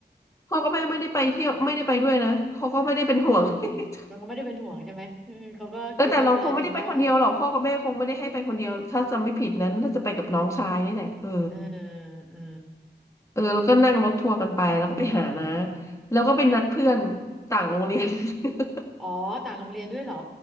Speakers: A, on the left; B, in the centre.
A: พ่อกับแม่ไม่ได้ไปเที่ยวไม่ได้ไปด้วยนะเขาก็ไม่ได้เป็นห่วง <laughs>
B: เขาก็ไม่ได้เป็นห่วงใช่ไหม <laughs> เออเขาก็คิดว่าดูแลตัวเองได้
A: เออแต่เราคงไม่ได้ไปคนเดียวหรอกพ่อกับแม่คงไม่ได้ให้ไปคนเดียวถ้าจำไม่ผิดนั้นน่าจะไปกับน้องชายนี่แหละเออ
B: เออเออ
A: เออแล้วก็นั่งรถทัวร์กันไปแล้วก็ไปหานะแล้วก็ไปนัดเพื่อนต่างโรงเรียน <laughs>
B: อ๋อต่างโรงเรียนด้วยเหรอ